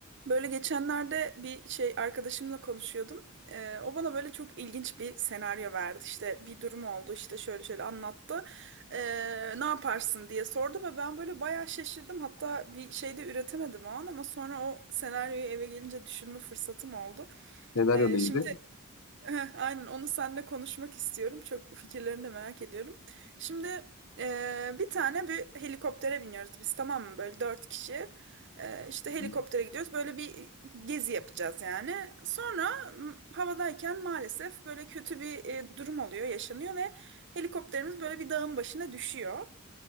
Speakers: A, on the right; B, on the left.
A: Böyle geçenlerde bir şey arkadaşımla konuşuyordum. Ee, o bana böyle çok ilginç bir senaryo verdi. İşte bir durum oldu işte şöyle şöyle anlattı. Ee, ne yaparsın diye sordu ve ben böyle bayağı şaşırdım. Hatta bir şey de üretemedim o an ama sonra o senaryoyu eve gelince düşünme fırsatım oldu.
B: Senaryo
A: Ee,
B: neydi?
A: şimdi Heh, aynen onu seninle konuşmak istiyorum. Çok fikirlerini de merak ediyorum. Şimdi e, bir tane bir helikoptere biniyoruz biz tamam mı? Böyle dört kişi. E, işte helikoptere
B: Hı
A: gidiyoruz. Böyle bir gezi yapacağız yani. Sonra m, havadayken maalesef böyle kötü bir e, durum oluyor, yaşanıyor ve helikopterimiz böyle bir dağın başına düşüyor.